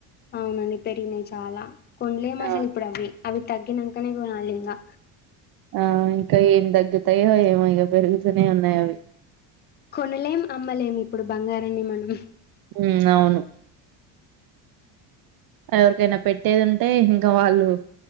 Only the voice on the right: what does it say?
అవును
ఆ ఇంకాయ ఎంద దగ్గి యో ఏమో ఇక పెరుగుతూనే ఉన్నాయి అవి
ఉమ్ అవును ఎవరికైనా పెట్టేదింటే ఇంకా వాళ్ళు